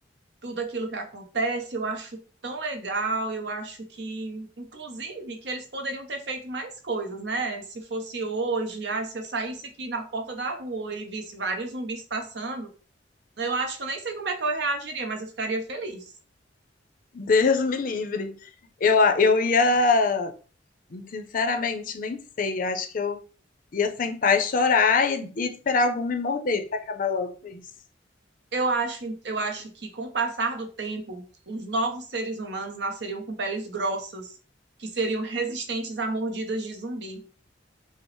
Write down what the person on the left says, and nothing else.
Deus me livre. Eu, eu ia Sinceramente, nem sei. Acho que eu ia sentar e chorar e, e esperar algum me morder para acabar logo com isso.